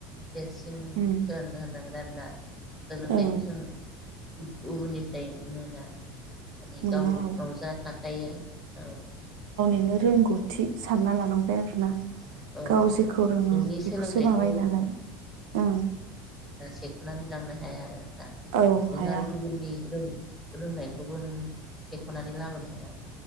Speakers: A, in the centre; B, on the right.
A: देरसिन
B: उम
A: धोन होननांगोन आरो ना सोलोंथाइखौ
B: औ
A: जों गुबुननिफ्राय मोना माने
B: मोना
A: गाव
B: औ
A: गाव जा थाखायो औ
B: बिदिनो रोंगौथि सानना लानांबाय आरोना
A: औ
B: गाव जेखौ रोङो
A: नोंनि
B: बेखौसो
A: सोलोंथाइखौ
B: माबायो नालाय ओं
A: देखोनानै लांनो हाया आरो ना
B: औ
A: नों
B: हाया
A: आरो गुबुननि रों रोंनायखौबो नों सेख'नानै लाबोनो हाया